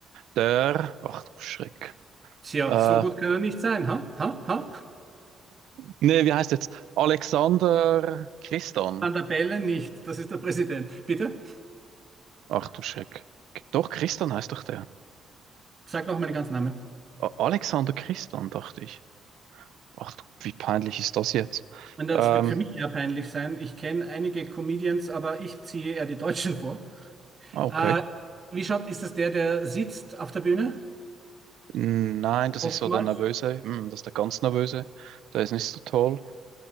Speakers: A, on the right; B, on the right.
A: Der, ach du Schreck.
B: tja,
A: Äh,
B: so gut kann er nicht sein, ha? Ha? Ha?
A: nee, wie heißt jetzt? Alexander Christan.
B: An der Bälle nicht. Das ist der Präsident. Bitte?
A: Ach du Schreck. Doch, Christan heißt doch der.
B: Sag noch meinen ganzen Namen.
A: A- Alexander Christan, dachte ich. Ach, du, wie peinlich ist das jetzt?
B: Und das
A: Ähm,
B: wird für mich eher peinlich sein. Ich kenne einige Comedians, aber ich ziehe eher die Deutschen vor.
A: ah, okay.
B: Äh, wie schaut, ist das der, der sitzt auf der Bühne?
A: Nein, das
B: Oftmals.
A: ist so der Nervöse. Hm, das ist der ganz Nervöse. Der ist nicht so toll.